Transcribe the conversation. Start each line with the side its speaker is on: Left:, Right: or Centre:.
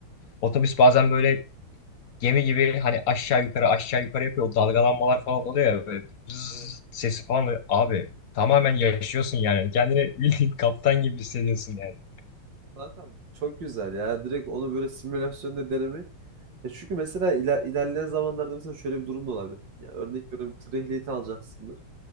Left: otobüs bazen böyle gemi gibi hani aşağı yukarı aşağı yukarı yapıyor. O dalgalanmalar falan oluyor ya böyle bzzz
Right: Evet.
Left: sesi falan oluyor. Abi tamamen yaşıyorsun yani. Kendini <laughs> bildiğin kaptan gibi hissediyorsun yani.
Right: Kankam çok güzel ya. Direkt onu böyle simülasyonda denemek. Ya çünkü mesela iler, ilerleyen zamanlarda mesela şöyle bir durum da olabilir. Ya örnek veriyorum tır ehliyeti alacaksındır.